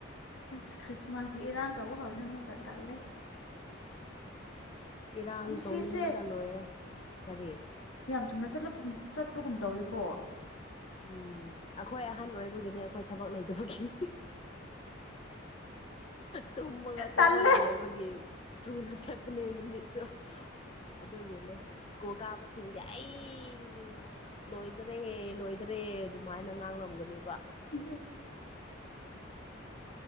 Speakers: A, on the left; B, on the left.
A: ꯑꯁ ꯈ꯭ꯔꯤꯁꯃꯥꯁꯀꯤ ꯏꯔꯥꯡꯗꯕꯨ ꯍꯧꯔꯅꯤ ꯑꯃꯨꯛꯀ ꯇꯜꯂꯦ
B: ꯏꯔꯥꯡ
A: ꯀꯨꯝꯁꯤꯁꯦ
B: ꯇꯧꯅꯤꯡꯕꯅ ꯂꯣꯏꯔꯦ ꯀꯔꯤ
A: ꯊꯨꯅꯂ ꯆꯠꯄꯒꯨꯝ ꯇꯧꯏꯀꯣ
B: ꯎꯝ ꯑꯩꯈꯣꯏ ꯑꯍꯟ ꯑꯣꯏꯕꯒꯤꯅꯤ ꯑꯩꯈꯣꯏ ꯊꯕꯛ ꯂꯩꯇꯕꯒꯤ ꯇꯨꯝꯃꯒ ꯇꯨꯝꯃꯒ
A: ꯇꯜꯂꯦ
B: ꯂꯩꯕꯒꯤ ꯊꯨꯅ ꯆꯦꯠꯄꯅꯦ ꯅꯨꯃꯤꯠꯁꯨ ꯑꯗꯨꯒꯤꯅꯦ ꯁ꯭ꯀꯨꯜ ꯀꯥꯕꯁꯤꯡꯗꯤ ꯑꯩ ꯂꯣꯏꯗꯔꯦ ꯂꯣꯏꯗꯔꯦ ꯑꯦ ꯑꯗꯨꯃꯥꯏꯅ ꯉꯥꯡꯂꯝꯒꯅꯤ
A: ꯎ
B: ꯎꯝ